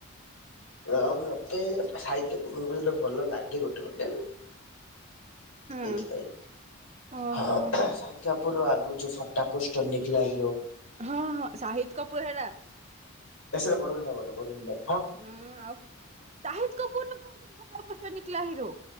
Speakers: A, on the left; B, on the right.
A: ଆଉ ମତେ ସାହିଦ୍ କପୁର ମୁଭି ଗୋଟେ ଭଲ ଲାଗେ ଗୋଟେ ଗୋଟେ।
B: ହଁ।
A: ଏଇଥିପାଇଁ
B: ଓହୋ
A: ହଁ ସାହିଦ କାପୁର ର ଆଗରୁ ଯୋଉ ଫଟା ପୋଷ୍ଟର ନିକଲା ହିରୋ
B: ହଁ ହଁ ସାହିଦ କପୁର ହେଲା
A: ଏ ସେଇଟା ବରୁନ ଧାବନ ବରୁନ ଧା
B: ହୁଁ ଆଉ ସାହିଦି କପୁରର କୋଉଠି ଫଟା ପୋଷ୍ଟର ନିକିଲା ହିରୋ।